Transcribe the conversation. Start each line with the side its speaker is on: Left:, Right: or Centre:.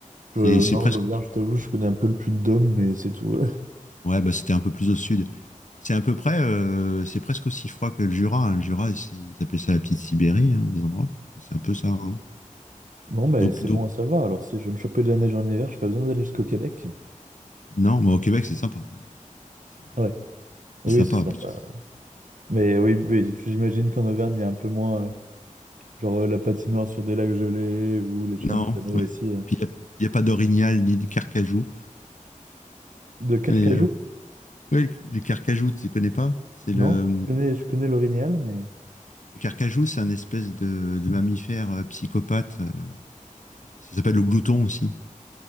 Left: C'est
Right: Euh,
Left: c'est
Right: Et- non,
Left: presque,
Right: l'Auvergne, je t'avoue, je connais un peu le Puy-de-Dôme, mais c'est tout. <laughs>
Left: ouais, bah, c'était un peu plus au sud. C'est à peu près, euh, c'est presque aussi froid que le Jura. hein. Le Jura, c'est- ils appellent ça la petite Sibérie, hein, des endroits. C'est un peu ça. hein.
Right: Non, mais
Left: Donc,
Right: c'est
Left: donc,
Right: bon à savoir. Alors, si je veux me choper de la neige en hiver, j'ai pas besoin d'aller jusqu'au Québec.
Left: non, mais au Québec, c'est sympa quand même. C'est
Right: Ouais. Oui,
Left: c'est sympa.
Right: c'est sympa.
Left: parce que-
Right: ouais. Mais oui, mais j'imagine qu'en Auvergne, il y a un peu moins, euh, genre euh, la patinoire sur des lacs gelés ou les chiens
Left: Non,
Right: de traîneau
Left: ouais.
Right: aussi. euh.
Left: Puis il n'y a, y a pas d'orignal ni de carcajou.
Right: De Carcajou?
Left: Mais euh, ouais, le carcajou, tu ne connais pas? C'est
Right: Non,
Left: le,
Right: je connais, je connais l'orignal, mais...
Left: le carcajou, c'est un espèce de, de mammifère euh, psychopathe. euh, Ça s'appelle le glouton aussi.